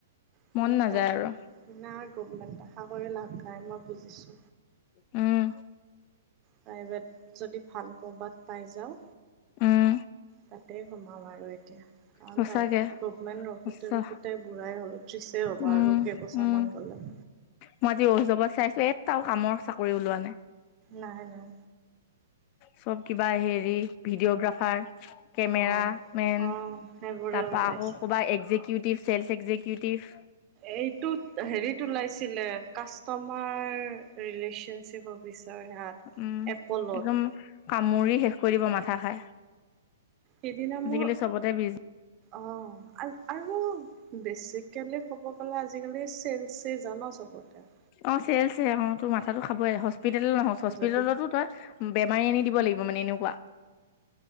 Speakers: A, on the right; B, on the left.
A: মাজে
B: মন নাযায়
A: পা
B: আৰু
A: কিনা ঐ গভমেণ্ট আশা কৰি লাভ নাই মই বুজিছো।
B: উম।
A: প্ৰাইভেট যদি ভাল ক'ৰবাত পাই যাওঁ।
B: উম
A: তাতেই সোমাম আৰু এতিয়া। কাৰণপাই
B: সঁচাকে
A: গভমেণ্ট ৰখোতে
B: সঁচা
A: ৰখোতে বুঢ়াই হ'লে ত্ৰিছে হ'ব
B: উম
A: আৰু কেইবছ-
B: উম
A: মন গ'লে।
B: মই আজি ঐ যৱত চাইছো এটাও কামৰ চাকৰি ওলোৱা নাই।
A: নাই নাই।
B: চব কিবা হেৰি ভিডিঅ'গ্ৰাফাৰ কেমেৰা
A: অ'
B: মেন
A: অ' সেইবোৰে
B: তাৰপা
A: ওলাইছে।
B: আকৌ ক'বা একজেকট কিউটি ফেলফেজে কিউকুটিভ।
A: এইটোত হেৰিত ওলাইছিলে কাষ্টমাৰ ৰিলেচনশ্বিপক। ৰিচাৰ সেয়াত
B: উম
A: এপলত।
B: একদম কামুৰি শেষ কৰি দিব মাথা খাই।
A: সেদিনা
B: আজিকালি
A: মোৰ
B: চবতে বিজ
A: অহ আৰু বেছিক কেলে ক'ব গ'লা আজিকালি চেল চে জান চবতে।
B: অ চেলছে অ তোৰ মাথাতটো খাবই হস্পিতেটেলত নহয় চস্পিতেলতো
A: যদি
B: তই বেমাৰী আনি দিব লাগিব মানে এনেকুৱা,